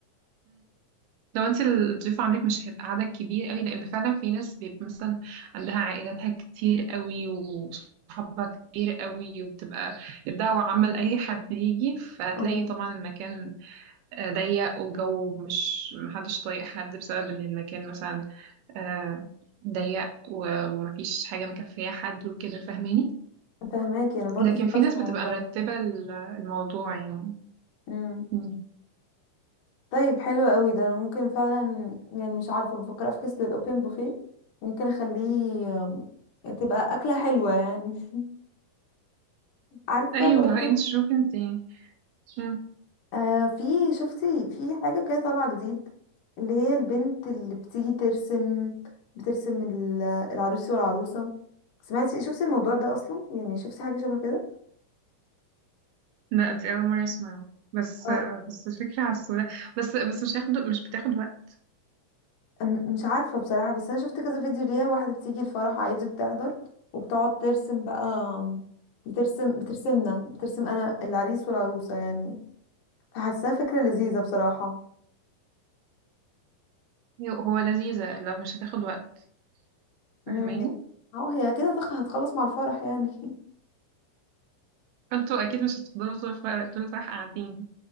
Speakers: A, on the right; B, on the left.
A: لو انت الضيف عندك مش هيبقى عدد كبير قوي لان فعلا في ناس بيبقى مثلا عندها عائلاتها كتير قوي وصحابها كتير قوي وبتبقى الدعوة عامة لأي حد يجي فهتلاقي
B: او
A: طبعا المكان آه، ضيق والجو مش محدش طايق حد بسبب ان المكان مثلا آه، ضيق و- ومفيش حاجة مكفية حد وكده فاهماني
B: فهماكي انا برضو
A: لكن
B: فكرت
A: في ناس
B: في الموضوع
A: بتبقى مرتبة
B: ده
A: ال- الموضوع يعني
B: امم
A: مم.
B: طيب حلو قوي ده انا ممكن فعلا يعني مش عارفه بفكر افكس للاوبن بوفيه ممكن اخليه آم، تبقى اكله حلوه يعني <laughs> عارفه
A: ايوه
B: برضو
A: انت شوفي انت مم.
B: آه في شفتي في حاجة كده طالعة جديد اللي هي البنت اللي بتيجي ترسم بترسم ال- العروس والعروسة سمعتي شفتي الموضوع ده أصلا يعني شفتي حاجة شبه كده
A: لا دي أول مرة أسمعه بس
B: اه
A: بس الفكرة على السوداء بس بس مش هياخد مش بتاخد وقت
B: أم- مش عارفة بصراحة بس أنا شفت كذا فيديو ليها واحدة بتيجي الفرح عادي بتحضر وبتقعد ترسم بقى بترسم بترسمنا بترسم أنا العريس والعروسة يعني فحاساها فكرة لذيذة بصراحة
A: هو لذيذة لو مش هتاخد وقت فاهماني
B: امم اه هي كده تخ- هتخلص مع الفرح يعني <laughs>
A: فانتوا أكيد مش هتفضلوا طول الفرح طول الفرح قاعدين